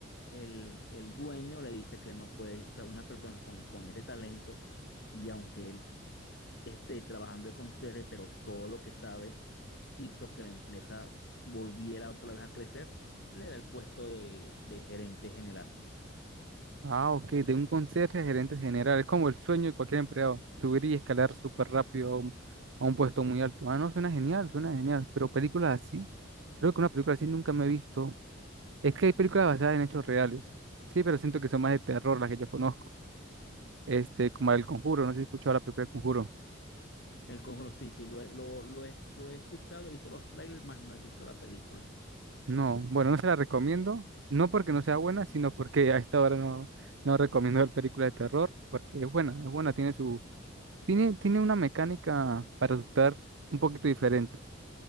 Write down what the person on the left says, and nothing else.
el, el dueño le dice que no puede, o sea, una persona con, con ese talento, y aunque él esté trabajando de conserje, pero todo lo que sabe hizo que la empresa volviera otra vez a crecer, le da el puesto de, de gerente general.
Sí, sí.
El Conjuro, sí, sí, lo, he- lo, lo he, lo he escuchado, he visto los trailers, más no he visto la película.